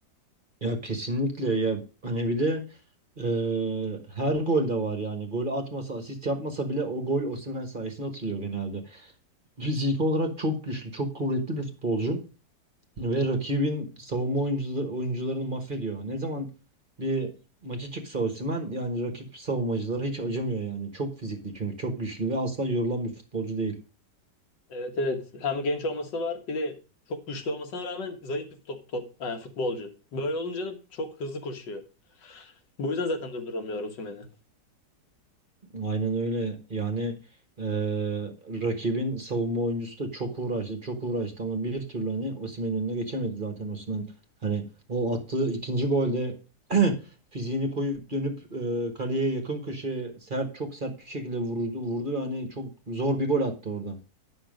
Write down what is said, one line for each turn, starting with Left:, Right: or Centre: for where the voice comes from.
Right: Ya kesinlikle ya hani bir de Ee, her golde var yani. Gol atmasa, asist yapmasa bile o gol Osimhen sayesinde atılıyor genelde. Fizik olarak çok güçlü, çok kuvvetli bir futbolcu ve rakibin savunma oyuncuları, oyuncularını mahvediyor. Ne zaman bir maça çıksa Osimhen yani rakip savunmacılara hiç acımıyor yani. Çok fizikli çünkü çok güçlü ve asla yorulan bir futbolcu değil.
Left: Evet evet. Hem genç olması var bir de çok güçlü olmasına rağmen zayıf bir top, top yani futbolcu. Böyle olunca da çok hızlı koşuyor. Bu yüzden zaten durduramıyorlar Osimhen'i.
Right: Aynen öyle. Yani eee, rakibin savunma oyuncusu da çok uğraştı, çok uğraştı ama bir türlü hani Osimhen'in önüne geçemedi zaten Osimhen. Hani o attığı ikinci golde <clears throat> fiziğini koyup dönüp eee, kaleye yakın köşeye sert çok sert bir şekilde vurdu, vurdu ve hani çok zor bir gol attı orada.